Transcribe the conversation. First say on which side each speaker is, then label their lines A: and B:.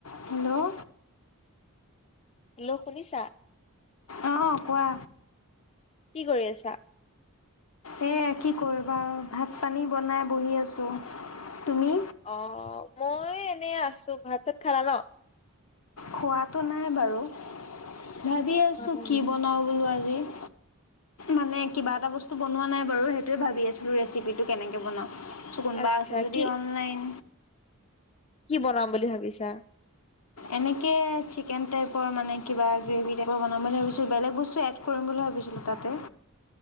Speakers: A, on the left; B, on the left.
A: হেল্ল'
B: হেল্ল' শুনিছা।
A: আহ কোৱা।
B: কি কৰি আছা
A: এ কি কৰিবা ভাত পানী বনাই বহি আছো। তুমি
B: অ মই এনে আছো ভাত চাত খালা ন।
A: খোৱাাতটো নাই বাৰু ভাবি
B: খোৱা
A: আছোঁ
B: নাই
A: কি
B: নেকি
A: বনাওঁ বোলো আজি উ মানে কিবা এটা বস্তু বনোৱা নাই বাৰু সেইটোৱে ভাবি আছিলো ৰেচিপিটো কেনেকে বনাও চ কোনোবা
B: আচ্ছা
A: আছে যদি
B: কি
A: অনলাইন
B: কি বনাম বুলি ভাবিছা।
A: এনেকে চিকেন টাইপৰ মানে কিবা গ্ৰেভি টাইপ বনাম বুলি ভাবছো বেলেগ বস্তু এ কৰিম বুলি ভ। তাতে